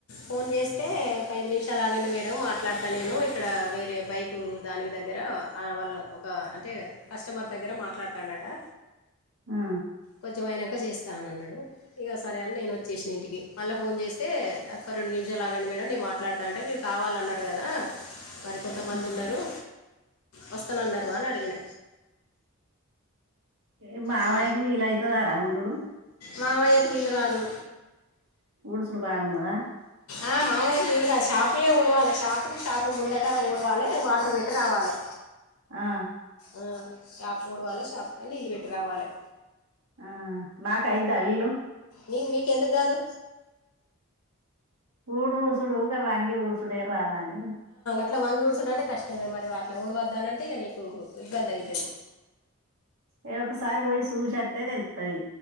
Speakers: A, on the left; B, on the right.
A: ఫోన్ చేస్తే ఒక ఐదు నిమిషాలాగండి మేడ్ డం మాట్లాడతా నేనూ ఇక్కడా వేరే బైకూ దానికి దగ్గరా ఆ వాళ కా అంటే కస్టమర్ దగ్గర మాట్లాడ్ తాండటా
B: ఆ,
A: కొంచమైనంక చేస్తా అన్న్నడూ ఇగా సరే అని నేను వచ్చేశ్ మళ్ళా ఫోన్ చేస్తే ఒక్క రెండు నిమిషాలులాగండి మేడం నేను మాట్లాడుతా అంటే మీరు కావాలన్నారు గదా. మరి కొంతమంది
B: ఆ.
A: ఉన్నరూ వస్తనన్నరు అని అడిగిన.
B: ఏ మామయ్యకు
A: ఆ,
B: వీలయితదారా ఉండుడు.
A: మావయ్యకు వీలు గాదు
B: ఊడ్చుడు బాగున్నదా
A: ఆ మావయ్యకు వీలుగాదు షాప్ పులే ఊడవాలే షాపు షాపు ముందటా ఊడవాలే వాటర్ పెట్టి రావాలే.
B: ఆ
A: ఆ షాపు ఊడవాలే షాప్ లా నీళ్ళు పెట్టి రావాలే.
B: ఆ మాక్ అయిద్దా వీలు
A: నీ నీకెందుక్ గాదు
B: ఊడు ఊడుసుడూ గా వంగి ఊడుసుడే రాదనీ.
A: ఇట్ల వంగి ఊడుచుడంటే కష్టమే మరి అట్లా ఊడవద్దనంటే ఇగ నీకు ఇబ్బంద్ అయితది.
B: ఏ ఒకసారి పోయి సూశత్తే తెళ్తుతదీ.